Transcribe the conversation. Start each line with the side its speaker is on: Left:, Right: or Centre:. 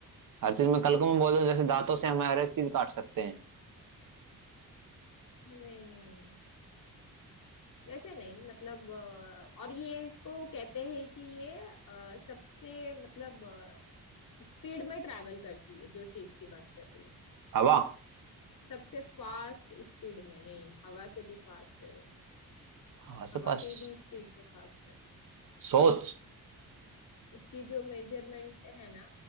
Right: हर चीज में कल को मैं बोल दूं जैसे दांतों से हम हर एक चीज काट सकते हैं
Left: नहीं नहीं वैसे नहीं मतलब अ, और ये इसको कहते हैं कि ये अ, सबसे मतलब स्पीड में ट्रैवल करती है जो चीज की बात कर रही हूँ
Right: हवा
Left: सबसे फास्ट स्पीड में नहीं हवा से भी फास्ट है वो
Right: हवा से
Left: हवा
Right: पास
Left: की भी स्पीड से फास्ट है
Right: सोच
Left: उसकी जो मेजरमेंट है ना